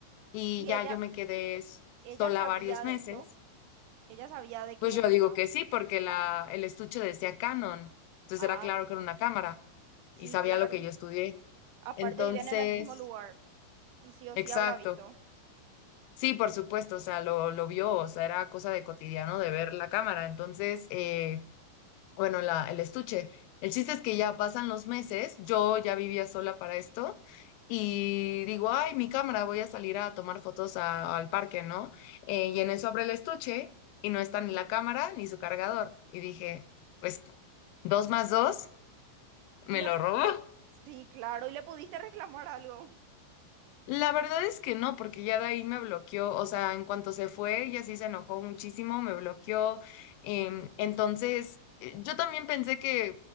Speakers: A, on the left; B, on the right.
A: y
B: ¿Y
A: ya
B: ella,
A: yo me quedé s-
B: ella
A: sola
B: sabía
A: varios
B: de
A: meses,
B: esto? Ella sabía de que
A: pues yo
B: había
A: digo que sí, porque la, el estuche decía Canon, entonces
B: Ah,
A: era claro
B: claro.
A: que era una cámara
B: Sí,
A: y sabía
B: claro.
A: lo que yo estudié.
B: Aparte
A: Entonces,
B: vivían en el mismo lugar y sí o
A: exacto,
B: sí habrá visto.
A: sí, por supuesto, o sea, lo, lo vio, o sea, era cosa de cotidiano de ver la cámara, entonces, eh, bueno, la, el estuche. El chiste es que ya pasan los meses, yo ya vivía sola para esto y digo, ay, mi cámara, voy a salir a tomar fotos a- al parque, ¿no? Eh, y en eso abre el estuche y no está ni la cámara ni su cargador. Y dije, pues dos más dos, me
B: Y le,
A: lo robó.
B: le- sí, claro, y le pudiste reclamar algo.
A: La verdad es que no, porque ya de ahí me bloqueó, o sea, en cuanto se fue, ella sí se enojó muchísimo, me bloqueó. em, entonces, eh, yo también pensé que,